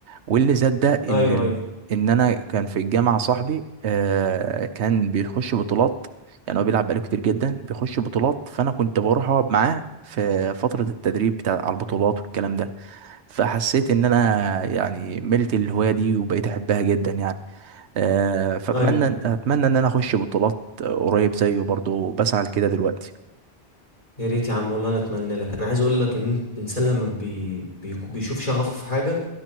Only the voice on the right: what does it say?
واللي زاد ده ان
ال...
ان انا كان في الجامعه صاحبي آه، كان بيخش بطولات يعني هو بيلعب بقاله كتير جدا بيخش بطولات فانا كنت بروح اقعد معاه في فتره التدريب بتاع على البطولات والكلام ده فحسيت ان انا يعني ملت الهوايه دي وبقيت احبها جدا يعني آه، فاتمنى
اتمنى ان انا اخش بطولات قريب زيه برضو بسعى لكده دلوقتي